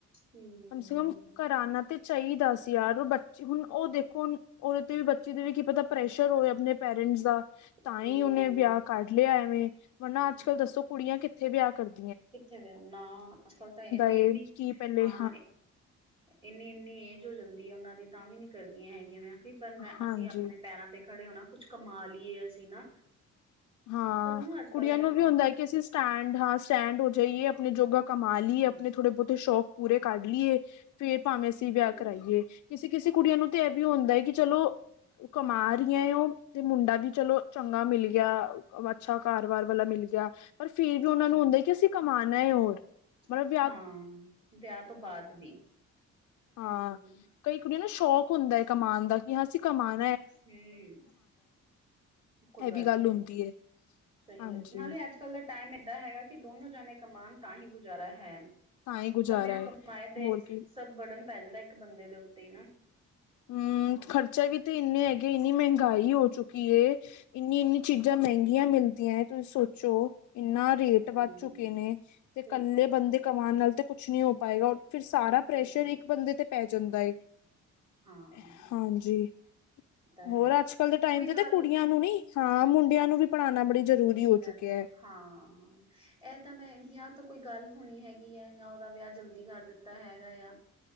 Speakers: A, on the right; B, on the left.
A: ਹਮ
B: ਕਮ ਸੇ ਕਮ ਕਰਾ ਤੇ ਚਾਹੀਦਾ ਸੀ। ਯਾਰ ਬੱਚੇ ਹੁਣ ਉਹ ਦੇਖੋ ਉਹਦੇ ਤੇ ਵੀ ਬੱਚੇ ਦੇ ਵੀ ਕੀ ਪਤਾ ਪ੍ਰੈ ਪ੍ਰਸ਼ਰ ਹੋਏ ਆਪਣੇ ਪੇਰੈਂਟਸ ਦਾ
A: ਹਮ
B: ਤਾਂ ਹੀ ਉਹਨੇ ਵਿਆਹ ਕੱਢ ਲਿਆ ਐਵੇਂ ਵਾ ਅੱਜ
A: ਹਾਂ
B: ਕੱਲ੍ਹ ਦੱਸੋ ਕੁੜੀਆਂ ਕਿੱਥੇ ਇੱਥ ਵਿਆਹ ਕਰਦ
A: ਕਿੱਥੇ ਦੇ ਆ ਨਾ ਅੱਜਕੱਲ ਤਾਂ ਇਨੀ
B: ਏ
A: ਇਨੀ
B: ਕਿ ਪਹਿਲੇ
A: ਹਾਂ। ਇੰਨੀ ਇੰਨੀ ਏਜ ਹੋ ਜਾਂਦੀ ਹੈ ਉਹਨਾਂ ਦੀ ਤਾਂ ਵੀ ਨੀ ਕਰਦੀਆਂ ਹੈਗੀਆਂ ਪਰ ਮੈਂ
B: ਹਾਂਜੀ
A: ਅਸੀਂ ਆਪਣੇ ਪੈਰਾਂ ਤੇ ਖੜੇ ਹੋਣਾ ਕੁਛ ਕਮਾ ਲਈਏ ਅਸੀਂ ਨਾ
B: ਹਾਂ
A: ਸਭ ਨੂੰ ਅੱਜ
B: ਕੁੜੀਆਂ
A: ਕੱਲ
B: ਨੂੰ
A: ਐ ਵੈ
B: ਵੀ ਹੁੰਦਾ ਹੈ ਕਿ ਅਸੀਂ ਸਟੈਂਡ ਹਾਂ ਸਟੈਂਡ ਹੋ ਜਾਈਏ ਆਪਣੇ ਜੋਗਾ ਕਮਾ ਲਈਏ
A: ਹਮ
B: ਆਪਣੇ ਥੋੜੇ ਬਹੁਤੇ ਸ਼ੌਕ ਪੂਰੇ ਕਢ ਲਈਏ। ਫੇਰ ਭਾਵੇਂ ਅਸੀਂ
A: ਹੂੰ,
B: ਵਿਆਹ ਕਰਾਈਏ ਕੇ ਕਿਸੇ ਕੁੜੀਆਂ ਨੂੰ ਤੇ ਇਹ ਵੀ ਹੁੰਦਾ ਹੈ ਕਿ ਚਲੋ ਕਮਾ ਰਹੀਆਂ ਉਹ ਤੇ ਮੁੰਡਾ ਵੀ ਚਲੋ ਚੰਗਾ ਮਿਲ ਗਿਆ। ਅੱਛਾ ਕਾਰਬਾਰ ਵਾਲਾ ਮਿਲ ਗਿਆ। ਪਰ ਫਿਰ ਵੀ ਉਹਨਾਂ
A: ਹੂੰ,
B: ਨੂੰ ਹੁੰਦਾ ਕਿ ਅਸੀਂ ਕਮਾਉਣਾ ਹੈ ਹੋਰ
A: ਹਾਂ।
B: ਮਤਲਬ ਵਿਆਹ
A: ਵਿਆਹ ਤੋਂ ਬਾਅਦ ਵੀ
B: ਹਾਂ
A: ਹੂੰ,
B: ਕਈ ਕੁੜੀਆਂ ਨੇ ਸ਼ੌਕ ਹੁੰਦਾ ਹੈ ਕਮਾਣ ਦਾ ਕਿ ਹਾਂ ਅਸੀਂ ਕਮਾ
A: ਹੂੰ, ਕੁਦ
B: ਇਹ
A: ਵਾਸਤੇ
B: ਵੀ ਗੱਲ ਹੁੰਦੀ ਹੈ
A: ਸਹੀ
B: ਹਾਂਜੀ
A: ਨਾਲੇ ਅੱਜ-ਕੱਲ ਦਾ ਟਾਈਮ ਏਦਾਂ ਹੈਗਾ ਕਿ ਦੋਨੋ ਜਾਣੇ ਕਮਾਨ ਤਾਂ ਹੀ ਗੁਜ਼ਾਰਾ ਹੈ।
B: ਤਾਂ ਹੀ
A: ਇਕੱਲਿਆਂ
B: ਗੁਜ਼ਾਰਾ ਹੈ
A: ਕਮਾਏ ਤੇ
B: ਹੋਰ ਕੀ
A: ਸਭ ਬੜਨ ਪੈ ਜਾਂਦਾ ਇੱਕ ਬੰਦੇ ਦੇ ਉੱਤੇ ਹੀ ਨਾ।
B: ਹੂੰ, ਖਰਚਾ ਵੀ ਤੇ ਇੰਨੇ ਹੈਗੇ ਇੰਨੀ ਮਹਿੰਗੀ ਮਗਾਈ ਹੋ
A: ਹੂੰ,
B: ਚੁੱਕੀ ਏ ਇੰਨੀ-ਇੰਨੀ ਚੀਜ਼ਾਂ ਮਹਿੰਗੀਆਂ ਮਿਲਦੀਆਂ। ਤੁਸੀਂ ਸੋਚੋ ਇੰਨਾ ਰੇਟ
A: ਹੂੰ,
B: ਵੱਧ ਚੁੱਕੇ ਨੇ ਤੇ
A: ਬੇਕਾਰ
B: ਇਕੱਲੇ ਬੰਦੇ
A: ਕਿਆ,
B: ਕਮਾਣ ਨਾਲ ਤੇ ਕੁਛ ਨਹੀਂ ਹੋ ਪਾਏਗਾ। ਫਿਰ ਸਾਰਾ ਪ੍ਰੈਸ਼ਰ
A: ਕੁਛ ਵੀ ਨੀ
B: ਇੱਕ ਬੰਦੇ ਤੇ ਪੈ ਜਾਂਦਾ।
A: ਹਾਂ,
B: ਹਾਂਜੀ
A: ਇਹ ਤਾਂ
B: ਹੋਰ
A: ਹੈ।
B: ਅੱਜ ਕੱਲ ਦੇ ਟਾਈਮ
A: ਕੋਈ
B: ਤੇ ਤਾਂ
A: ਗੱਲ
B: ਕੁੜੀਆਂ ਨੂੰ ਨੀ। ਹਾਂ ਮੁੰਡਿਆਂ ਨੂੰ ਵੀ ਪੜ੍ਹਾਣਾ ਬੜੀ ਜ਼ਰੂਰੀ ਹੋ
A: ਮੁੰਡਿਆਂ
B: ਚੁੱਕਿਆ
A: ਨੂੰ
B: ਹੈ
A: ਹਾਂ ਇਹ ਤਾਂ ਮੈਂ ਤਾਂ ਕੋਈ ਗੱਲ ਹੋਣੀ ਹੈਗੀ ਹੈ ਜਾਂ ਉਹਦਾ ਵਿਆਹ ਜਲਦੀ ਕਰ ਦਿੱਤਾ ਹੈਗਾ ਆ।